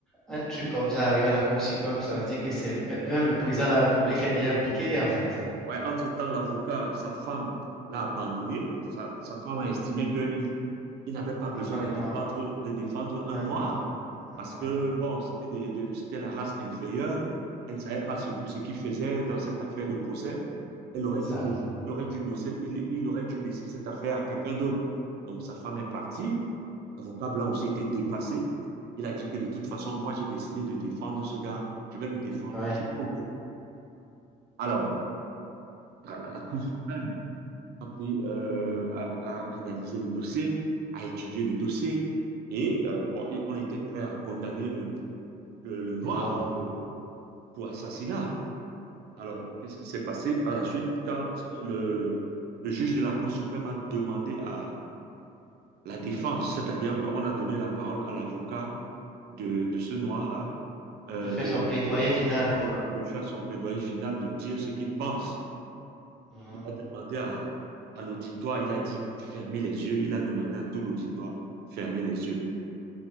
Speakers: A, in the centre; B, on the right.
A: un truc comme ça arrivé à la Cour suprême, ça veut dire que c'est le- mê- même le président de la République est déjà impliqué en fait.
B: Ouais, entre-temps, l'avocat, sa femme l'a abandonné. Sa, sa femme a estimé qu'il il n'avait pas besoin
A: Il défend les
B: de
A: Noirs.
B: défendre, de défendre un
A: Un
B: noir
A: Noir, un
B: parce
A: Noir.
B: que, bon, c'était des- des- c'était la race inférieure. Elle ne savait pas ce que- ce qu'il faisait dans cette affaire de procès. Elle aurait
A: Salaud.
B: dû laisser, il aurait dû laisser, il, il aurait dû laisser cette affaire à quelqu'un d'autre. Donc, sa femme est partie. avocat blanc aussi était dépassé. Il a dit que de toute façon, moi, j'ai décidé de défendre ce gars. Je vais le défendre
A: Ouais,
B: jusqu'au bout. Alors, la, la Cour suprême a, pris, euh, a, a analysé le dossier, a étudié le dossier. Et euh, bon, on était prêt à condamner le, le, le noir
A: le Noir.
B: pour, pour, assassinat. Alors, qu'est-ce qui s'est passé par la suite quand le, le, juge de la Cour suprême a demandé à la défense, c'est-à-dire qu'on a donné la parole à l'avocat de, de, ce noir-là, euh,
A: De faire
B: de,
A: son plaidoyer final.
B: voilà, de faire son plaidoyer final, de dire ce qu'il pense.
A: Mhm.
B: Il a demandé à, à l'auditoire, il a dit fermez les yeux, il a demandé à tout l'auditoire, fermez les yeux,